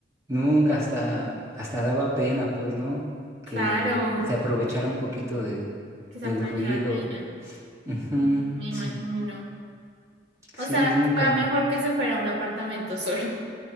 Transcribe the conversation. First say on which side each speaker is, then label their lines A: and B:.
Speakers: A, on the right; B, on the right.
A: nunca hasta, hasta daba pena, pues, ¿no?
B: Claro,
A: Que se aprovechara un poquito de,
B: que se
A: del
B: aprovecharan
A: ruido.
B: de ella.
A: Ujú,
B: Mm, me imagino.
A: sí, sí,
B: O sea,
A: nunca.
B: fue mejor que se fuera a un apartamento solo,